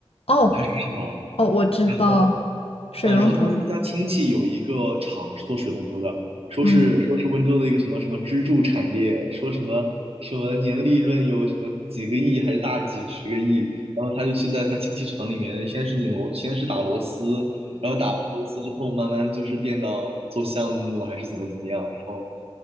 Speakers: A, on the left; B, on the right.
A: 哦
B: 还是什么？
A: 哦，我知道，
B: 然后。
A: 水龙头。
B: 啊，然后他说他家亲戚有一个厂是做水龙头的，说是说是温州的一个什么什么支柱产业，
A: 嗯，
B: 说什么什么年利润有什么几个亿还是大几十个亿，然后他就去在他亲戚厂里面，先是拧螺，先是打螺丝，然后打完螺丝之后，慢慢就是变到做项目还是怎么怎么样，然后